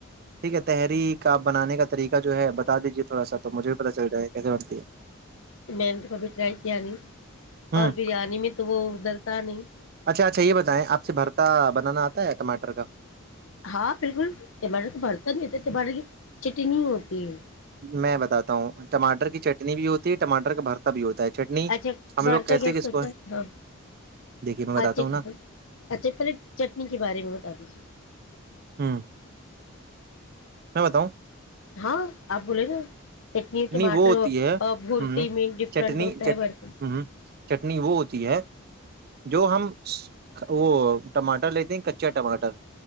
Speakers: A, on the right (about 45°); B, on the left (about 65°).
A: ٹھیک ہے تحری کا آپ بنانے کا طریقہ جو ہے بتا دیجیے تھوڑا سا تو مجھے بھی پتا چل جائے گا کیسے بنتی ہے
B: میں نے توبھی ٹرائی کیا نہیں
A: ہے
B: اور
A: ہ
B: بریانی میں تو وہ ادلتا نہیں
A: اچھا اچھا یہ بتائیں آپ سے بھرتا بنانا آتا ہے ٹماٹر کا
B: ہاں بالکل تمارے تو بھرتا نہیں تھا تمارے چٹنی ہوتی ہے
A: میں بتاتا ہوں ٹمٹر کی چٹنی بھی ہوتی ہے ٹماٹر کا بھرتا بھی ہوتا ہے چٹنی
B: اچھا
A: ہم
B: بار
A: لوگ
B: کا
A: کہتے
B: گیسٹ
A: ہیں کہ اس
B: ہوتا
A: کو
B: ہاں
A: دیکھیے میں بتاتا
B: اچھا
A: ہوں نا
B: اچھا پہلے چٹنی کے بارے میں بتا دیجے ہوں
A: ہ بتاؤں
B: ہاں آپ بولے گا چٹنی ٹماٹر
A: وہ ہوتی ہے
B: بورتی
A: ہ
B: مٹ ڈفرنٹ
A: چٹنی
B: ات ہے
A: چ
B: برتی
A: ہ چٹنی وہ ہوتی ہے جو ہم وہ ٹماٹر لیتے ہیں کچا ٹماٹر